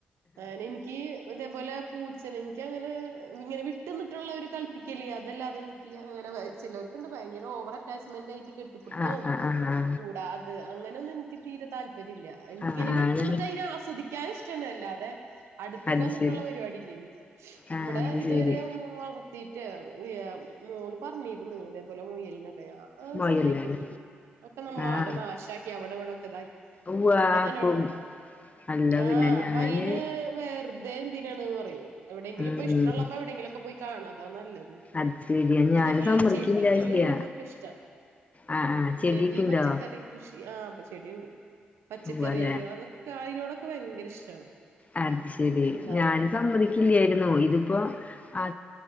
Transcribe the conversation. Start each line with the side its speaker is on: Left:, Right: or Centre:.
Right: ഞാൻ എനിക്ക് ഇതേ പോലെ പൂച്ചനെനിക്കങ്ങനെ ഈവിട്ടുനിന്നിട്ടുള്ള ഒരുകൽപ്പിക്കല് അതല്ലാതെ എനിക്ക് ചിലവർക്ക്വണ്ട് ഭയകര ഓവർ അറ്റാച്ച്മെന്റായിട്ട് <unintelligible> <unintelligible>
Left: ആഹ് ആഹ് ആഹ്
Right: കൂടത് അങ്ങനൊന്നും ക്ക് തീരെ താൽ തര്ല്ല എനിക്കിങ്ങനെ
Left: ആഹ് ആഹ്
Right: വിട്ട്ന്നിട്ട് അതിനന് ആസ്വദിക്കാൻ ഇഷ്ടമാണ് അല്ലാതെ അടുത്ത്ക്ക്
Left: അത്
Right: വന്നിട്ടുള്ള
Left: ശരി
Right: പരിപാടില്ല
Left: ആഹ്
Right: ഇവിടെ
Left: അത്
Right: ഇതുവരെ
Left: ശരി
Right: ഒന്നും വളർ ത്തീട്ട് <unintelligible> മോള് പറഞ്ഞിരുന്ന് <unintelligible> മുയനൊക്കെയാ ആ ഒന്നും
Left: മൊയല്ലാണ്
Right: സമ്മയിക്കുന്നുല്ല ഒക്കെ നമ്മളാകെ
Left: ആഹ്
Right: നാശാക്കിയ അവിടവിടേക്കെന്തായി
Left: ഉവ്വാക്കും
Right: കുട്ടിനെ തന്നെയടെ നോക്കാം
Left: അല്ല
Right: ആഹ്
Left: പിന്നെ ഞാന്
Right: അപ്പൊ അയിന് വേറ തേന്തിനാണന്ന് പറയും എവിടെങ്കിലും
Left: ഉം
Right: ഇപ്പ ഇഷ്ട്ടള്ളപ്പ എവിടെങ്കിലൊക്കെ പോയി കാണാ <unintelligible> ന്നത്
Left: അത് ശരിയാ
Right: ക്കിതേപോലെ
Left: ഞാന് സമ്മതിക്കിണ്ടായില്ല
Right: ചെടികള് ഇതൊക്കെ ഇഷ്ടാ
Left: ആഹ് ആഹ് ചെടിയൊക്കെണ്ടോ
Right: ചെടി പച്ചക്കറി കൃഷി ആഹ് പക്ഷ ചെടിണ്ട് പച്ചക്കറികള്
Left: ഉവ്വാല്ലേ
Right: അതൊക്കെ ആ <unintelligible> <unintelligible> ഭയങ്കര ഇഷ്ടാണ്
Left: അത് ശെരി
Right: അല്ലാതെ
Left: ഞാൻ സമ്മതിക്കില്ലായിരുന്നു ഇത്പ്പോ ആ